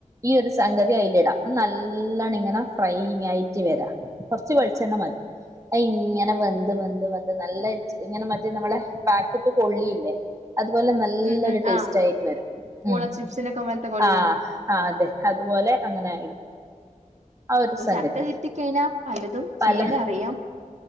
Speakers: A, on the right; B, on the right.
A: ഈ ഒരു സംഗതി അയിലിടാം. നല്ലണ്ണം ഇങ്ങനെ ഫ്രൈ ആയിട്ട് വരാ കൊറച്ച് വളിച്ചെണ്ണ മതി അ ഇങ്ങനെ വെന്ത് വെന്ത് വെന്ത് നല്ല ഇങ്ങനെ മറ്റേ നമ്മളെ പാക്കറ്റ് കൊള്ളിയില്ലേ അതുപോലെ നല്ലൊരു
B: ഉം ഉം
A: ടേസ്റ്റ്
B: ആഹ്
A: ആയിട്ട് വരും
B: പൂള
A: ഉം
B: ചിപ്സിനൊക്കെ പോലത്തെ കൊള്ളി
A: ആഹ് ആഹ് അതെ അതുപോലെ അങ്ങനെ ആ ഒരു
B: അപ്പ
A: സംഗതി
B: ചക്ക കിട്ടി കഴിഞ്ഞാ പലതും ചെയ്യാൻ
A: പല
B: അറിയാം.